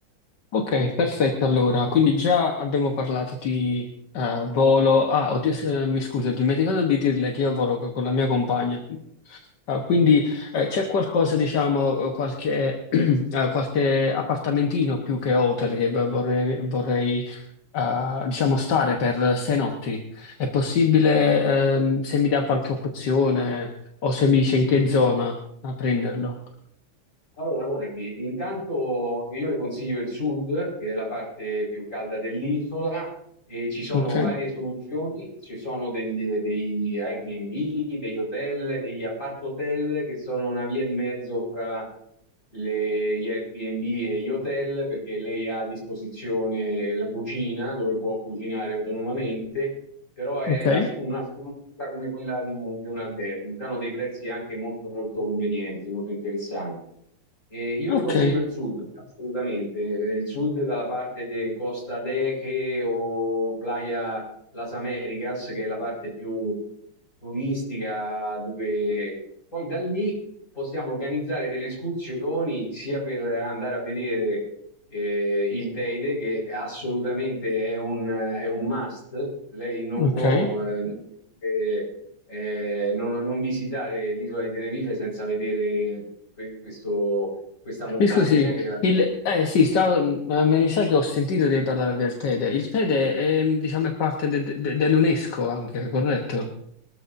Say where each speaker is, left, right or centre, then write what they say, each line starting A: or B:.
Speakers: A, on the left (about 55°); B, on the left (about 35°).
A: ok, perfetto. Allora, quindi già abbiamo parlato di eh, volo. Ah, oddio, se- mi scuso, ho dimenticato di dirle che io volo co- con la mia compagna. Ah, quindi eh, c'è qualcosa, diciamo, eh, qualche, <clears throat> eh, qualche appartamentino più che hotel che v- vorrei, vorrei eh, diciamo, stare per sei notti. È possibile, ehm, se mi dà qualche opzione o se mi dice in che zona a prenderlo?
B: Allora, guardi, intanto io le consiglio il sud, che è la parte più calda dell'isola, e ci sono
A: Ok.
B: varie soluzioni, ci sono degli, degli Airbnb, degli hotel, degli appart-hotel, che sono una via di mezzo fra le- gli Airbnb e gli hotel, perché lei ha a disposizione la cucina, dove può cucinare autonomamente, però è
A: Ok,
B: la- una struttura come quella di un, di un albergo, hanno dei prezzi anche molto, molto convenienti, molto interessanti. E io
A: ok,
B: le consiglio il sud, assolutamente. Eh, Il sud dalla parte di Costa Deche o Playa Las Americas, che è la parte più turistica, dove poi da lì possiamo organizzare delle escursioni sia per andare a vedere eh, il Teide, che assolutamente è un, è un must. Lei non
A: ok.
B: può eh, non, vedere, eh, non- non visitare l'isola di Tenerife senza vedere que- questo- questa montagna
A: Mi scusi,
B: che è la,
A: il, eh sì, stavo, ma- ma mi sa che ho sentito di parlare del TEDE. Il TEDE è, diciamo, è parte de- de- dell'UNESCO anche, corretto?